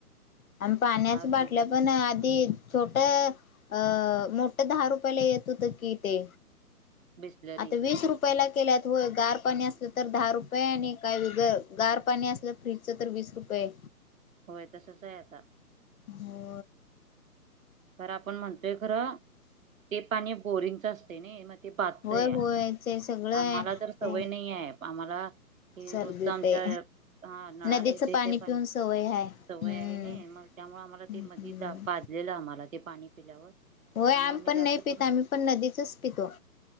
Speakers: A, on the left; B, on the right.
A: आणि म् पाण्याच
B: आज
A: बाटलं
B: गेलो
A: पण आधी छोट अ मोठ्या दहा रुपयाला येत होत कि ते
B: बिसलरी
A: आता वीस रुपयाला केल्यात होय गार पाणी असलं तर दहा रुपय र आणि काही व गार पाणी असलं फ्रीजच तर वीस रुपये
B: होय तसच आहे आता
A: हो
B: तरर आपण म्हणतोय खरं ते पाणी बोरिंगच असतो मग ते पाचतय
A: होय होय ते सगळं आहे
B: आम्हाला तर सवय
A: ते
B: नाही आहे आम्हाला हे
A: सर्दी
B: रोजच आमच्या
A: ते
B: हा नळाले
A: नदीचं
B: ते
A: पाणी
B: ते पण
A: पिऊन सवय हाय
B: सवय
A: हम्म
B: आहे ना मग त्यामुळं आम्हाला
A: हम्म
B: ते मधी पाजलेलं आम्हाला ते पाणी पिल्यावर
A: होय
B: त्यामुळे
A: आम
B: आम्ही
A: पण
B: जास्त
A: नाही पितो
B: करून
A: आम्ही पण नदीच पितो